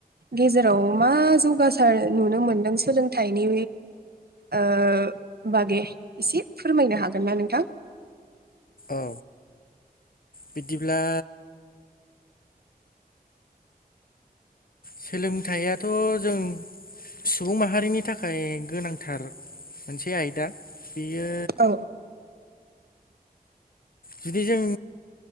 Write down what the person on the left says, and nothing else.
औ बिदिब्ला सोलोंथायाथ' जों सुबुं माहारिनि थाखाय गोनांथार मोनसे आयदा। बेयो
जुदि जों